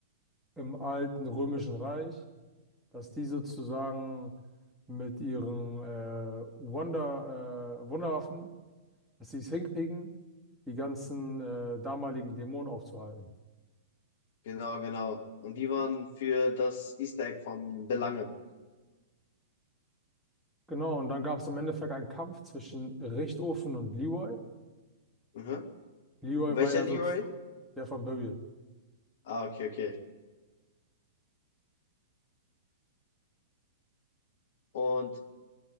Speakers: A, in the centre; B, on the left.
A: im alten Römischen Reich dass die sozusagen mit ihren äh, Wonder, äh, Wunderwaffen, dass sie es hinkriegen, die ganzen äh, damaligen Dämonen aufzuhalten.
B: Genau, genau. Und die waren für das Easter Egg von Belangen.
A: Genau, und dann gab es im Endeffekt einen Kampf zwischen Richtofen und Leroy.
B: Mhm.
A: Leroy
B: Welcher
A: war ja
B: Leroy?
A: so z- der von Buried.
B: Ah, okay, okay. Und